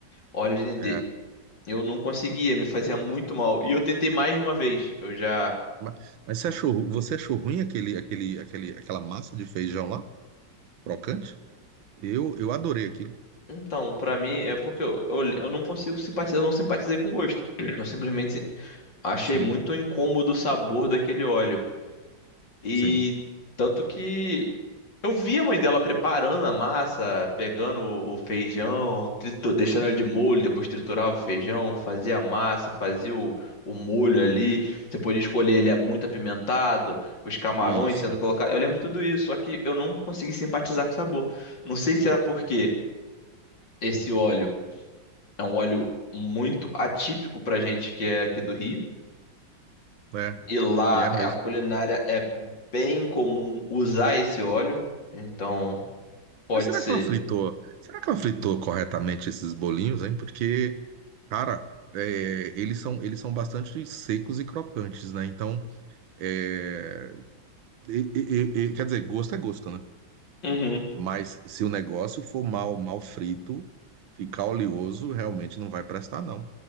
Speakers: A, on the left; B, on the right.
A: Óleo de dendê.
B: É.
A: Eu não conseguia, me fazia muito mal. E eu tentei mais de uma vez. Eu já.
B: Mas, mas você achou, você achou ruim aquele, aquele, aquele, aquela massa de feijão lá? Crocante? Eu, eu adorei aquilo.
A: Então, pra mim, é porque eu, eu, eu não consigo simpatizar, eu não simpatizei com o gosto. <clears throat> Eu simplesmente achei
B: Sim,
A: muito incômodo o sabor daquele óleo. E
B: sim.
A: tanto que eu vi a mãe dela preparando a massa, pegando o o feijão, tritu- deixando ele de molho, depois triturava o feijão, fazia a massa, fazia o, o molho ali. Você podia escolher ele muito apimentado, os camarões
B: Isso.
A: sendo colocados. Eu lembro de tudo isso, só que eu não consegui simpatizar com o sabor. Não sei se era porque esse óleo é um óleo muito atípico pra gente que é aqui do Rio.
B: É.
A: E lá
B: E é
A: a
B: mesmo.
A: culinária é bem comum usar esse óleo, então pode
B: Mas será
A: ser.
B: que ela fritou? Será que ela fritou corretamente esses bolinhos, hein? Porque, cara, é, eles são, eles são bastante secos e crocantes, né? Então, é, e- e- e- e- quer dizer, gosto é gosto, né?
A: Uhum.
B: Mas se o negócio for mal, mal frito, ficar oleoso, realmente não vai prestar, não.